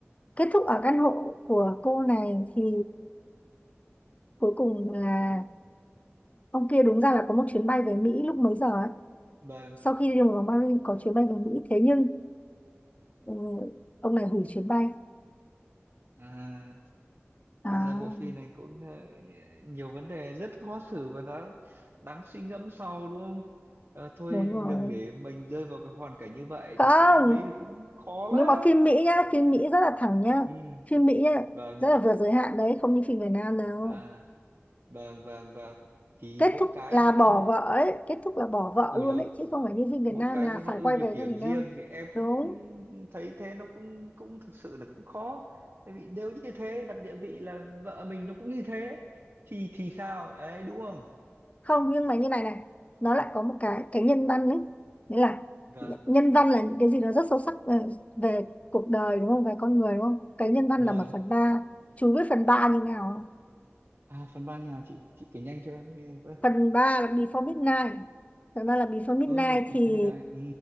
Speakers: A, on the left (about 30°); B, on the right (about 55°).
A: kết thúc ở căn hộ của cô này thì cuối cùng là Ông kia đúng ra là có một chuyến bay về Mỹ lúc mấy giờ ấy.
B: vâng
A: Sau khi đi một vòng Paris có chuyến bay về Mỹ thế nhưng ừ, ông này hủy chuyến bay.
B: à
A: À,
B: thực ra bộ phim này cũng ờ, nhiều vấn đề rất khó xử và đã đáng suy ngẫm sau đúng không Ờ, thôi
A: đúng rồi.
B: đừng để mình rơi vào cái hoàn cảnh như vậy
A: Không,
B: thực sự lúc đấy thì cũng khó
A: nhưng
B: lắm
A: mà phim Mỹ nhá, phim Mỹ rất là thẳng nhá.
B: ừ
A: Phim Mỹ nhá,
B: vâng
A: rất là vượt giới hạn đấy, không như phim Việt Nam đâu.
B: à vâng vâng vâng thì
A: Kết
B: mỗi
A: thúc
B: cái
A: là
B: nó có
A: bỏ
B: một
A: vợ ấy, kết thúc là bỏ vợ
B: ui
A: luôn
B: rồi
A: đấy, chứ không phải như phim Việt
B: mỗi
A: Nam
B: cái
A: là
B: có một
A: phải
B: ưu
A: quay
B: nhược
A: về
B: điểm
A: gia đình
B: riêng
A: đâu.
B: thì em
A: Đúng.
B: cũng thấy thế nó cũng cũng thực sự là cũng khó tại vì nếu như thế đặt địa vị là vợ mình nó cũng như thế thì thì sao đấy đúng không
A: không nhưng mà như này này nó lại có một cái cái nhân văn đấy nghĩa là
B: vâng
A: nhân văn là những cái gì nó rất sâu sắc về, về cuộc đời đúng không về con người đúng không cái nhân văn
B: vâng
A: là một phần ba chú biết phần ba như nào không?
B: à phần ba nhà chị chị kể nhanh cho em nghe với
A: phần ba là before midnight phần ba là before midnight
B: ờ bifamida
A: thì
B: ừ